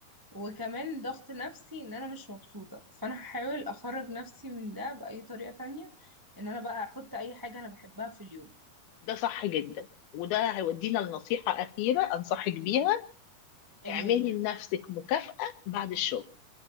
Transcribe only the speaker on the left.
ده صح جدا وده هيودينا لنصيحه اخيره انصحك بيها
اعملي
لنفسك مكافاه بعد الشغل